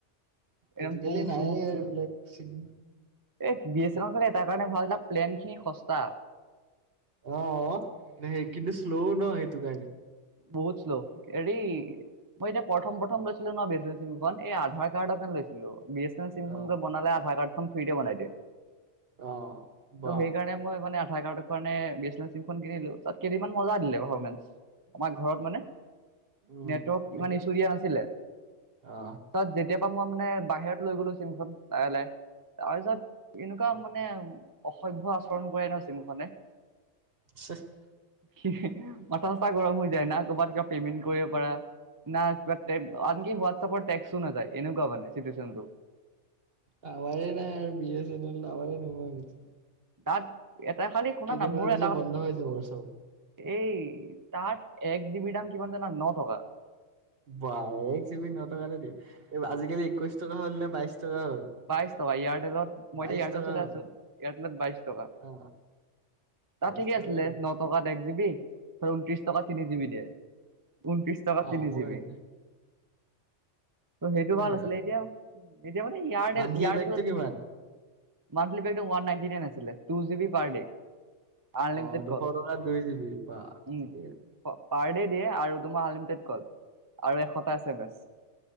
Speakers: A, on the right (about 20°); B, on the right (about 55°).
A: একদম
B: আজিকালি
A: তু
B: নায়ে
A: তু
B: আৰু
A: তুট।
B: এইবিলাক চিন
A: এ বি এচ চেনেল চাগে এটাৰ কাৰণে ভাল এটা প্লেন খিনি হস্তা।
B: অ' অ' সেই কিন্তু শ্ল' ন সেইটো কাৰণে।
A: বহুত শ্ল' হেৰি মই এতিয়া প্ৰথম প্ৰথম লৈছিলো ন, বি এছ চেনেল চিম খন এই আধাৰ কাৰ্ডৰ কাৰণে লৈছিলো, বি এছ চেনেল চিম খনটো
B: অ
A: বনালে আধাৰ কাৰ্ড খন ফ্ৰীতে বনাই দিয়ে।
B: অ
A: ত'
B: বা
A: সেই কাৰণে মই মানে আধাৰ কাৰ্ডৰ কাৰণে বি এছ চেনেল চিম খন কিনিলো। তাত কেইদিনমন মজা দিলে পাৰফমেঞ্চ আমাৰ ঘৰত মানে।
B: উম
A: নেটৱৰ্ক
B: ঠিকেই
A: ইমান ইছো দিয়া নাছিলে।
B: অ
A: তাত যেতিয়া পৰা মই মানে বাহিৰত লৈ গলো চিমনখন <unintelligible> তাৰ পিছত এনেকুৱা মানে অসভ্য আচৰণ কৰে ন চিমখনে।
B: <unintelligible>
A: মাথা-সাথা গৰম হৈ যায় না, ক'ৰবাত কিবা পেমেন্ট কৰিব পাৰা। না <unintelligible> আনকি হোৱাটছএপ টেক্সটও নাযায়, এনেকুৱা চিটুৱেচনটো।
B: টাৱাৰে নাই আৰু বি এছ চেনেল <unintelligible>
A: তাত এটা খালি শুনা
B: কেইদিনমানৰ
A: না, মোৰো
B: পিছত
A: এটা কথ
B: বন্ধ হৈ যাব চব।
A: এই তাত এক জি বি দাম কিমান জানা? ন টকা।
B: বা এক জি বি ন টকাতে দিয়ে, এই আজিকালি একৈশ টকা হ'ল নে বাইশ টকা হ'ল।
A: বাইশ টকা এয়াৰটেলত,
B: বাইশ
A: মইতো এয়াৰটেল
B: টকা
A: চলাই
B: হ'ল
A: আছো এয়াৰটেলত বাইশ টকা।
B: অ
A: তাত
B: বাইশ
A: ঠিকে
B: টকা
A: আছিলে,
B: হ'ল।
A: ন টকাত এক জিব ধ ঊনত্ৰিশ টকা তিনি জিব দে ঊনত্ৰিশ বাতি
B: অ
A: নি
B: বঢ়িয়া
A: যিবি। ত, সেইটো
B: বঢ়িয়া
A: ভাল আছিলে এতিয়া এতিয়া মানে ইয়াৰ্ডে
B: মান্থলি
A: ইয়াৰ্ড
B: পেকটো কিমান
A: মানলৱ ন নন আছিলে জি পাৰ ডে। আনলিমিটেড
B: অ, দুশ
A: কল
B: টকাৰ দুই জিবি বা
A: উম
B: ঠিকেই।
A: পাৰ ড দিয়ে, আৰু তোমাৰ আনলিমিটেড কল আৰু এশটা এ এম এছ।